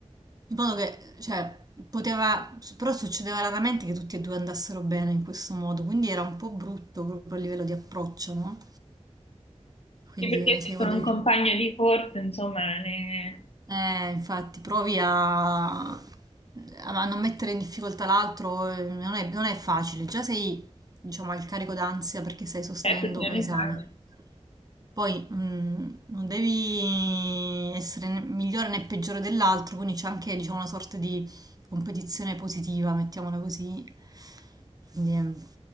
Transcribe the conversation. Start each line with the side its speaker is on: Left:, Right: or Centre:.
Right: In modo che, cioè, poteva, però succedeva raramente che tutti e due andassero bene in questo modo, quindi era un po' brutto proprio a livello di approccio, no? Quindi,
Left: Sì, perché
Right: se io
Left: con
Right: voglio-
Left: un compagno di corso, insomma, ne...
Right: eh, infatti, provi a, a non mettere in difficoltà l'altro, eh, non è, non è facile. Già sei, diciamo, al carico d'ansia perché stai sostenendo
Left: certo, piano
Right: un esame.
Left: piano.
Right: Poi mh, non devi essere né migliore né peggiore dell'altro, quindi c'è anche, diciamo, una sorta di competizione positiva, mettiamola così. Quindi, ehm,